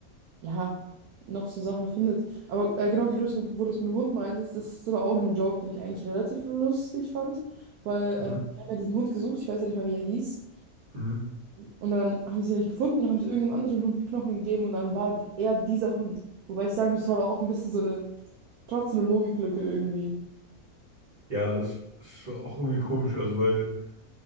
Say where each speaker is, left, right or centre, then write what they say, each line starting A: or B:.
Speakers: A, on the right; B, on the right.
A: ja, noch so Sachen erfindet. Aber äh, genau wie du es mit, wo du es mit dem Hund meintest, das ist aber auch ein Joke, den ich eigentlich relativ lustig fand, weil
B: Mhm.
A: ähm, wir haben ja diesen Hund gesucht, ich weiß ja nicht mal, wie er hieß,
B: Mhm.
A: und dann haben sie ihn nicht gefunden und haben sie irgendeinem anderen Hund einen Knochen gegeben und dann war er dieser Hund. Wobei ich sagen muss, es war aber auch ein bisschen so eine, trotzdem eine Logiklücke irgendwie.
B: Ja, es, es war auch irgendwie komisch, also weil.